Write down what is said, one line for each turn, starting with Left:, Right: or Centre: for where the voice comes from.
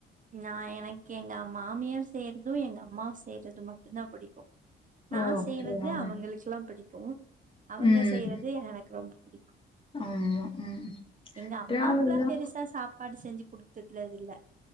Right: நா எனக்கு எங்க மாமியார் செய்யறது எங்க அம்மா செய்றது மட்டுந்தா புடிக்கு நா
Left: ஓ அப்படியா
Right: செய்றது அவங்களுக்குல்லா புடிக் போ அவங்க
Left: ம்
Right: செய்றது எனக்கு ரொம்ப புடிக்கு
Left: ஆமா ம்
Right: எங்க அம்மாக்லா
Left: டிராவல்லா
Right: பெருசா சாப்பாடு செஞ்சி குடுத்தத்லல்ல